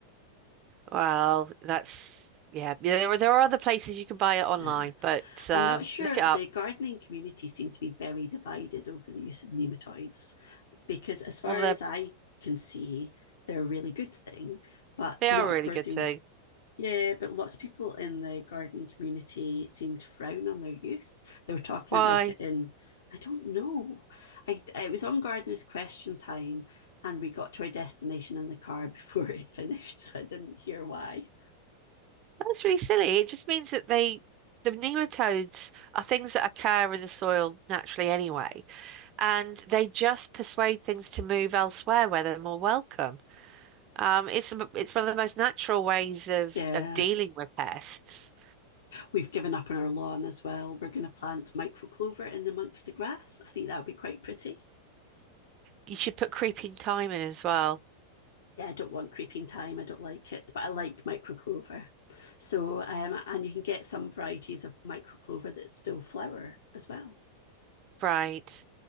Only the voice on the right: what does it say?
Well, that's yeah. Yeah, There are there are other places you can buy it online,
but um,
look it
up.
Well, they
they are
a
really good thing.
Why?
That's really silly. It just means that they the nematodes are things that occur in the soil naturally anyway, and they just persuade things to move elsewhere where they're more welcome. Um, it's the- it's one of the most natural ways of
of dealing with pests.
You should put creeping thyme in as well.
Right.